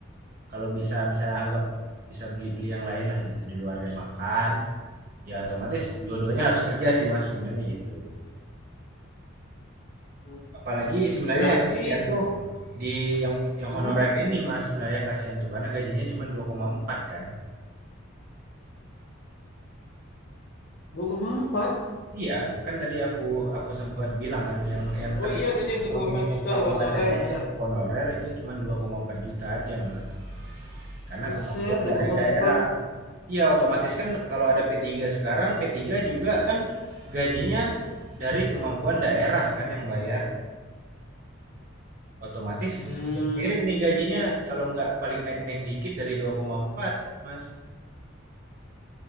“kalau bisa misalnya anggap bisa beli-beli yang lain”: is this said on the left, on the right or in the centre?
Right